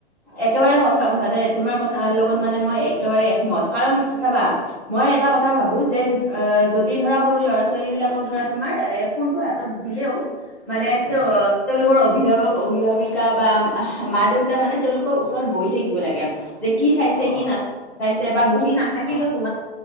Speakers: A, in the centre; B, on the left.
A: একেবাৰে সঁচা কথা দে তোমাৰ কথাৰ লগত মানে মই একেবাৰে একমত। কাৰণ চাবা মই এটা কথা ভাবো যে অ' যদি ধৰা সৰু ল'ৰা-ছোৱালী বিলাকক ধৰা তোমাৰ এ- ফোনটো হাতত দিলেও। মানে
B: উম
A: তেওঁ-তেওঁলোকৰ অভিভাৱক-অভিভাৱিকা বা মা, দেউতাই মানে তেওঁলোক ওচৰত বহি থাকিব লাগে। যে কি চাইছে
B: অ
A: কি
B: অ
A: না চাইছে বা বহি না থাকিলেও
B: অ
A: তোমাৰ